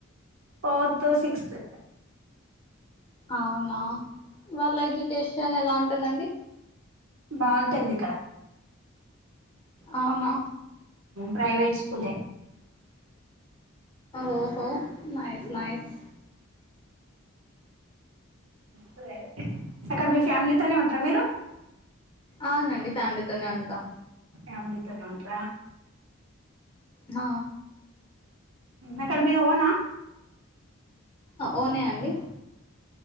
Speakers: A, on the right (about 80°); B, on the left (about 25°).
A: ఫోర్త్ సిక్స్త్
B: అవునా వాళ్ళ ఎడ్యుకేషన్ ఎలా ఉంటుందండి
A: బాగుంటుంది ఇక్కడ
B: అవునా
A: ప్రైవేట్ స్కూలే
B: ఓహో నైస్ నైస్
A: సరే అక్కడ మీ ఫ్యామిలీతోనే ఉంటారా మీరు
B: అవునండి ఫ్యామిలీతోనే ఉంటాం
A: ఫ్యామిలీతోనే ఉంటా
B: హ
A: అక్కడ మీది ఓనా
B: ఓనే అండి